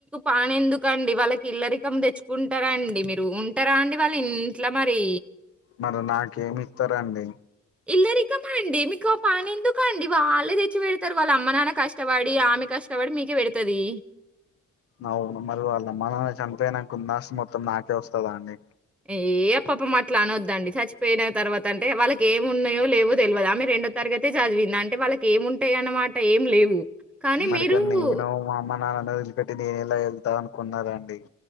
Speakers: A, in the centre; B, on the left (about 50°).
A: పని ఎందుకు అండి వాళ్ళకి ఇల్ల రికం తెచ్చుకుంటారండి మీరు ఉంటారా అండి వాళ్ల ఇంట్ల మరి
B: మరి నాకేమి ఇత్తరండి
A: ఇల్ల రికమండి మీకు పని ఎందుకు అండి వాళ్ళే తెచ్చి పెడతారు వాళ్ళ అమ్మ నాన్న కష్టపడి ఆమె క ష్టబడి మీకే పెడతది
B: అవును మరి వాళ్ళ అమ్మ నాన్న చనిపోయినాక ఉన్న ఆస్థి మొత్తం నాకే వస్తదా అండి
A: ఏ పాపం అట్ల అనొద్దండి చచ్చిపోయిన తర్వాత అంటే వాళ్ళకి ఏమి ఉన్నాయో లేవో తెల్వదు ఆమె రెండో తర తగతే చదివింది అంటే వాళ్ళకి ఏంటాయి అన్నమాట ఏం లేవు కానీ
B: మరికడ
A: మీరు
B: నేను మా అమ్మ నాన్నని వదిలిపెట్టి నేను ఎలా వెళ్తా అనుకున్నారు అండి